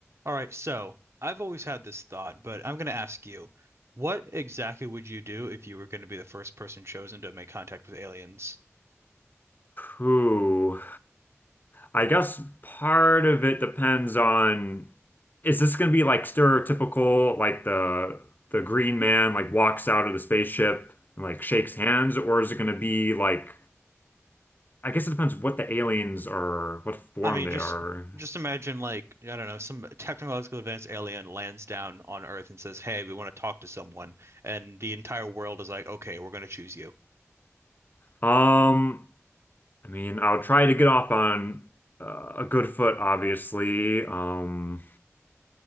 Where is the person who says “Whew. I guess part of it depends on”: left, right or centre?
Left